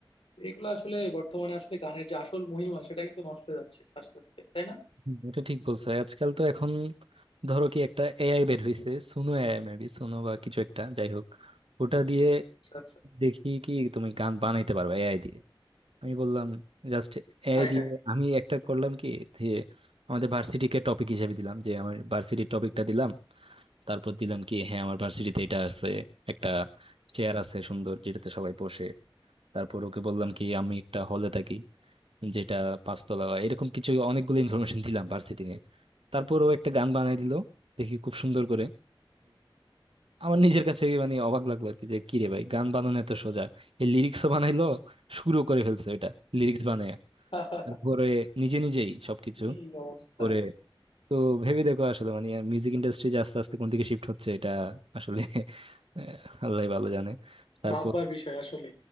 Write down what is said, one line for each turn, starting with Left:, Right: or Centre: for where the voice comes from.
Left: এগুলো আসলে বর্তমানে আসলে গানের যে আসল মহিমা সেটা কিন্তু নষ্ট হয়ে যাচ্ছে আস্তে আস্তে তাই না
Right: হুম, এটা ঠিক বলছো আজকাল তো এখন ধরো কি একটা এআই বের হইছে সুনো এআই মেবি সুনো বা কিছু একটা যাই হোক ওটা দিয়ে
Left: আচ্ছা আচ্ছা
Right: দেখি কি তুমি গান বানাইতে পারবে এআই দিয়ে আমি বললাম জাস্ট এআই
Left: Hi
Right: দিয়ে
Left: high
Right: আমি একটা করলাম কি যে আমাদের ভার্সিটিকে টপিক হিসেবে দিলাম যে আমার ভার্সিটির টপিকটা দিলাম তারপর দিলাম কি হ্যাঁ আমার ভার্সিটিতে এটা আছে একটা চেয়ার আছে সুন্দর যেটাতে সবাই বসে তারপর ওকে বললাম কি আমি একটা হলে থাকি যেটা পাঁচতলা বা এরকম কিছু অনেকগুলো ইনফরমেশন দিলাম ভার্সিটি নিয়ে তারপর ও একটা গান বানাই দিল দেখি খুব সুন্দর করে আমার নিজের কাছে মানে অবাক লাগলো আর কি যে কি রে ভাই গান বানানো এত সোজা এই লিরিক্সও বানাইলো শুরু করে ফেলছে ওইটা লিরিক্স বানায়
Left: <laughs>
Right: তারপরে নিজে নিজেই সবকিছু
Left: কি অবস্থা
Right: করে তো ভেবে দেখো আসলে মানে মিউজিক ইন্ডাস্ট্রি যে আস্তে আস্তে কোন দিকে শিফট হচ্ছে এটা আসলে <laughs> আহ, আল্লাহই ভালো জানে তারপর
Left: ভাববার বিষয় আসলে